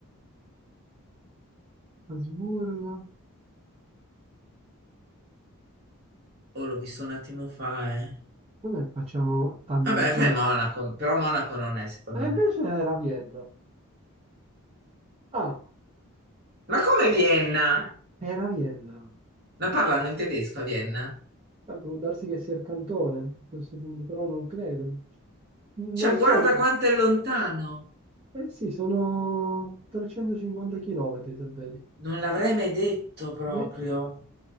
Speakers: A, on the right (about 25°); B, on the right (about 50°).
A: Asburgo.
B: Oh, l'ho visto un attimo fa, eh.
A: Vabbè, facciamo tanto
B: Vabbè,
A: alla fine.
B: fai Monaco, però Monaco non è, secondo
A: E
B: me.
A: invece era Vienna. Ah,
B: Ma come Vienna?
A: era Vienna.
B: Ma parlano in tedesco a Vienna?
A: Eh, Può darsi che sia il cantone a questo punto, però non credo.
B: Cioè,
A: Non so.
B: guarda quanto è lontano.
A: Eh sì, sono 350 chilometri, se vedi.
B: Non l'avrei mai detto proprio.
A: Neanche